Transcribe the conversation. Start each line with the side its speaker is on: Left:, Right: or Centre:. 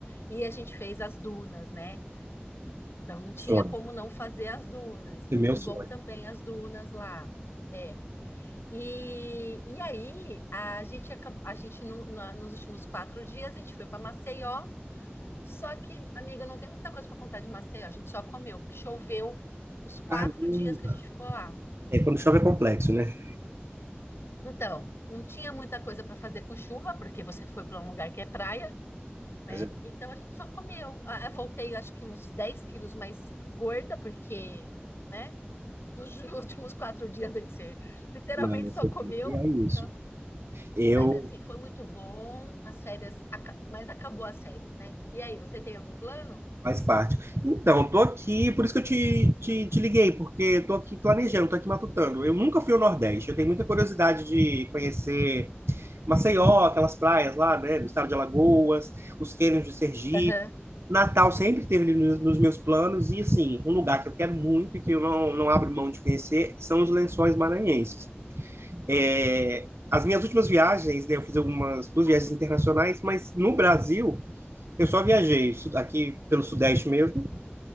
Left: e a gente fez as dunas, né? Então não tinha
Right: Um sonho.
Left: como não fazer as dunas. Muito
Right: É meu sonho.
Left: bom também as dunas lá. É. E, e aí a gente acabou, a gente no- na- nos últimos quatro dias a gente foi para Maceió só que, amiga, não tem muita coisa para contar de Maceió, a gente só comeu, porque choveu os quatro
Right: Caramba.
Left: dias que a gente ficou lá.
Right: É, quando chove é complexo, né?
Left: Então, não tinha muita coisa para fazer com chuva, porque você foi para um lugar que é praia, né?
Right: Mas é,
Left: Então a gente só comeu. Ah, Eu voltei, acho que uns 10 quilos mais gorda, porque, né? Nos <laughs> últimos quatro dias a gente literalmente
Right: não, eu
Left: só
Right: sei
Left: comeu.
Right: como é que é isso.
Left: Então.
Right: Eu
Left: Mas assim, foi muito bom, as férias, aca- mas acabou as férias, né? E aí, você tem algum plano?
Right: Faz parte. Então, tô aqui, por isso que eu te, te, te liguei, porque tô aqui planejando, tô aqui matutando. Eu nunca fui ao Nordeste, eu tenho muita curiosidade de conhecer Maceió, aquelas praias lá, né, do estado de Alagoas, os cânions de Sergipe.
Left: Aham,
Right: Natal sempre esteve ali nos, nos meus planos, e assim, um lugar que eu quero muito e que eu não, não abro mão de conhecer são os Lençóis Maranhenses. É, as minhas últimas viagens, né, eu fiz algumas duas viagens internacionais, mas no Brasil eu só viajei su- aqui pelo Sudeste mesmo